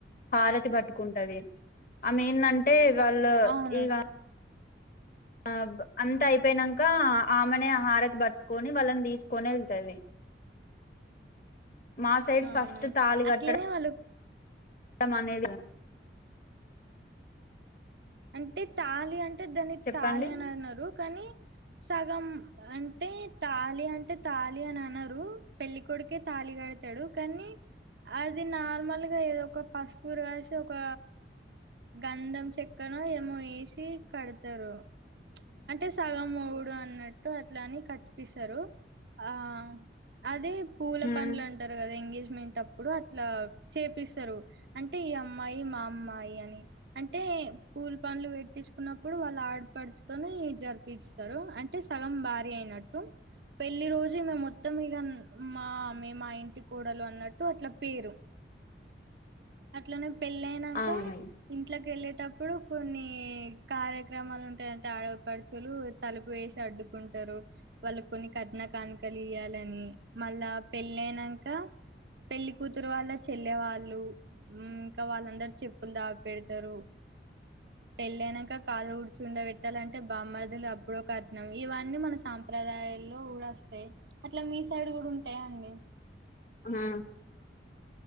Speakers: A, on the left (about 45°); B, on the right (about 70°).
A: హార తి పట్టుకుంటది ఆమె ఏందంటే వాళ్ళు
B: అవును
A: ఇగ ఆ అంత అయిపోయినాంక ఆమెనే ఆహారతి పట్టుకొని వాళ్ళని తీసుకొని ఎళ్తాది మాసైడ్
B: అవునవును
A: ఫస్ట్ తాళి కట్టడ
B: అట్లనే వాళ్ళు
A: మనేది
B: అంటే తాళి అంటే దాని
A: చెప్పండి
B: తాళి అని అనరు కానీ సగం అంటే తాళి అంటే తాళి అని అనరు పెళ్ళికొడుకే తాళిక డతాడు కానీ అది నార్మల్గా ఏదో ఒక పసుపు రాసి ఒక గంధం చె అక్కన ఏమో వేసి కడతారు అంటే సగం మోడు అన్నట్టు లని కట్పిస్తారు ఆ అదే పూల
A: హ్మ్
B: పండ్లు అంటారు కదా ఎంగేజ్ మింటప్పుడు అట్లా చేపిస్తారు అంటే ఈ అమ్మాయి మా అమ్మాయి అని అంటే పూల్ పనులు పెట్టించుకున్నప్పుడు వాళ్ళు ఆడపడుచుతోనే జరిపించుతారు అంటే సగం భారీ అయిన నట్టు పెళ్లి రోజు న మొత్తం ఇగ మా మే మా ఇంటి కూడలు అన్నట్టు అట్లా పేరు అట్లనే పెళ్ళ అయినంకా
A: అవును
B: ఇంట్లో వెళ్ళేటప్పుడు కొన్ని కార్యక్రమాలు ఉంటాయంటే ఆడపడుచులు తలుపు వేసాడు. కుంటారు వాళ్ళు కొన్ని కట్నా కానుకలు ఇయ్యాలని మళ్ళా పెళ్ళ అయినంకా పెళ్లి కూతురు వాళ్ళ చెల్లె వాళ్ళు మ్ ఇంకా వాళ్ళందరు చెప్పులు దాగి పెడతారు. పెళ్ళయనంకా కాళ్ళు డ్చుండ పెట్టాలంటే బామ్మర్దులు అప్పుడో కట్నం ఇవన్నీ మన సాంప్రదాయ దయల్లో కూడా వస్తాయి అట్లా మీ సైడ్ కూడా ఉంటాయా అండి?
A: ఆ